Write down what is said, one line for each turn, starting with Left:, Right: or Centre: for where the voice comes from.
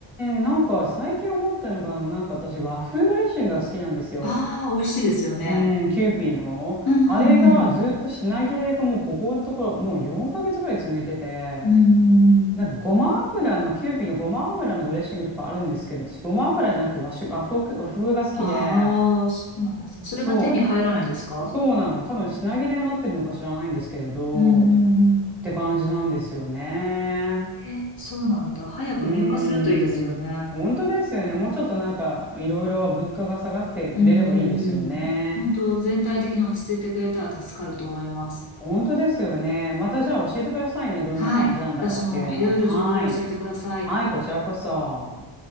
Centre: ん、なんか最近思ったのが、あの、なんか私和風ドレッシングが好きなんですよ。
Left: ああ、美味しいですよね。
Centre: うん、キューピーの。
Left: うん
Centre: あれがずっと品切れがもうここのところもう4ヶ月ぐらい続いてて、
Left: うんうん。うんうんうん。
Centre: なんかごま油の、キューピーのごま油のドレッシングとかあるんですけど、私ごま油じゃなくて和酒、和風、和風が好きで、
Left: ああ、そうなんですね。それが手に入らないんですか
Centre: そう、そうなの。多分品切れになってるのか知らないんですけれど、
Left: うんうんうん。
Centre: って感じなんですよね。
Left: へえ、そうなんだ。早く入荷するといいですよね。
Centre: うーん、本当ですよね。もうちょっとなんかいろいろ物価が下がってくれればいいですよね。
Left: うんうんうん。本当全体的に落ち着いてくれたら助かると思います。
Centre: 本当ですよね。またじゃあ教えてくださいね。どんな感じなんだかっていうのは。
Left: はい。私もいろいろ情報を教えてください。
Centre: はい。はい、こちらこそ。